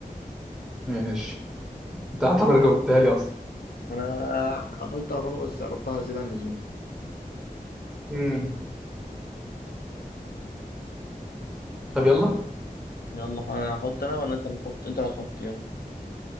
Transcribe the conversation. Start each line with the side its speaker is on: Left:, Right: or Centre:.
Centre: ماشي أنت هتعتبر جاوبتها لي أصلا
Left: أنا قلت أقربها بس قربتها زيادة عن اللزوم
Centre: مم. طب يلا
Left: يلا أنا هحط أنا ولا أنت اللي هتحط أنت اللي هتحط يلا